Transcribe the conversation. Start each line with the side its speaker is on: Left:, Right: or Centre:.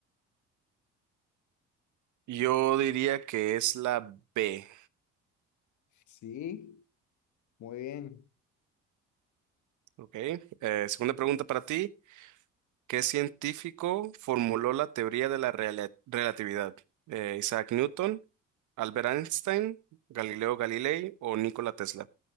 Right: Yo diría que es la B.
Left: Sí, muy bien.
Right: Ok. Eh, segunda pregunta para ti. ¿Qué científico formuló la teoría de la reala- relatividad? Eh, Isaac Newton, Albert Einstein, Galileo Galilei o Nikola Tesla.